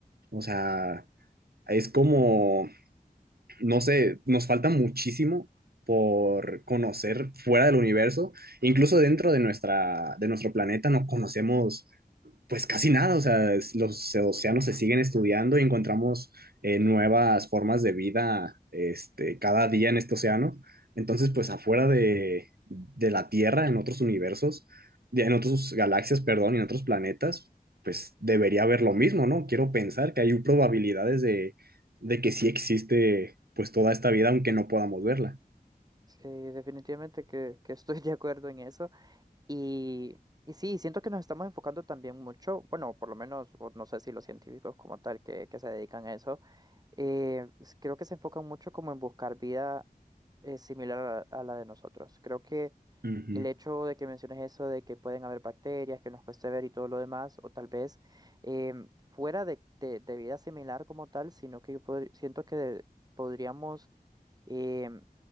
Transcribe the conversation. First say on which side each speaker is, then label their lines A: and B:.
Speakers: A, on the right; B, on the right.
A: O sea, es como no sé, nos falta muchísimo por conocer fuera del universo, incluso dentro de nuestra, de nuestro planeta no conocemos pues casi nada, o sea, es- los océanos se siguen estudiando y encontramos eh, nuevas formas de vida este, cada día en este océano. Entonces, pues afuera de, de la Tierra, en otros universos, de- en otras galaxias, perdón, y en otros planetas, pues debería haber lo mismo, ¿no? Quiero pensar que hay probabilidades de, de que sí existe pues toda esta vida, aunque no podamos verla.
B: Sí, definitivamente que, que estoy <laughs> de acuerdo en eso. Y, y sí, siento que nos estamos enfocando también mucho, bueno, por lo menos, o no sé si los científicos como tal que, que se dedican a eso, eh, s- creo que se enfocan mucho como en buscar vida eh, similar a, a la de nosotros. Creo que
A: Ujú.
B: el hecho de que menciones eso de que pueden haber bacterias, que nos cueste ver y todo lo demás, o tal vez em, fuera de, de, de vida similar como tal, sino que yo podr- siento que podríamos... em,